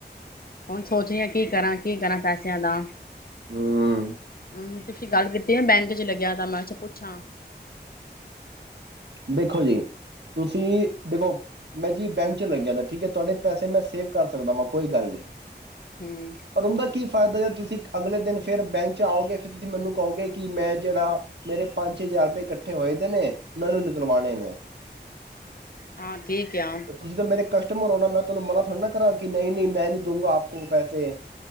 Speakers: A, on the left (about 55°); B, on the right (about 75°).
A: ਹੁਣ ਸੋਚ ਰਹੀ ਆ, ਕੀ ਕਰਾਂ ਕੀ ਕਰਾਂ ਪੈਸਿਆਂ ਦਾ
B: ਹਮ
A: ਹਮ ਤੁਸੀਂ ਗੱਲ ਕੀਤੀ ਆ, ਬੈਂਕ ਚ ਲੱਗਿਆ ਤਾਂ ਮੈਂ ਕਿਹਾ, ਪੁੱਛਾ
B: ਦੇਖੋ ਜੀ, ਤੁਸੀਂ ਦੇਖੋ ਮੈਂ ਜੀ ਬੈਂਕ ਚ ਲੱਗਿਆ ਤਾਂ ਠੀਕ ਹੈ, ਤੁਹਾਡੇ ਪੈਸੇ ਮੈਂ ਸੇਵ ਕਰ ਸਕਦਾ ਵਾਂ, ਕੋਈ ਗੱਲ ਨਹੀਂ
A: ਹਮ
B: ਪਰ ਊਹਦਾ ਕੀ, ਫ ਫਾਇਦਾ ਜ, ਤੁਸੀਂ ਅਗਲੇ ਦਿਨ ਫੇਰ ਬੈਂਕ ਚ ਆਓਗੇ, ਫਿਰ ਤੁਸੀਂ ਮੈਨੂੰ ਕਹੋਗੇ ਕਿ ਮੈਂ ਜਿਹੜਾ, ਮੇਰੇ ਪੰਜ ਛੇ ਹਜ਼ਾਰ ਰੁਪਏ ਇਕੱਠੇ ਹੋਏ ਦੇ ਨੇ ਮੈਨੂੰ ਨੁਕਲਵਾਣੇ ਨੇ
A: ਹਾਂ ਠੀਕ ਆ
B: ਤੁਸੀਂ ਤਾਂ ਮੇਰੇ ਕਸਟਮਰ ਆਉਣ ਨਾ ਮੈਂ ਤੁਹਾਨੂੰ ਮਨ੍ਹਾ ਥੋੜੀ ਨਾ ਕਰਾਂ ਕਿ ਨਹੀਂ ਨਹੀਂ ਮੈਂ ਨੀ ਦਊਗਾ ਆਪ ਕੋ ਪੈਸੇ